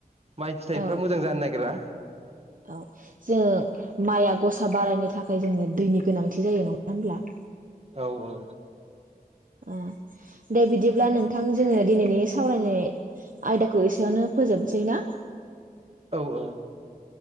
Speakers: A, on the right; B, on the right.
A: माइ फिथाइफ्रा
B: औ
A: मोजां जानो नागिरा
B: औ जोंङ माइआ गसा बारायनो थाखाय जोंनो दैनि गोनांथि जायो नङा होमब्ला
A: औ औ
B: ओ दे बिदिब्ला नोंथां जोङो दिनैनि सावरायनाय आयदाखौ एसेयावनो फोजोबसै ना
A: औ औ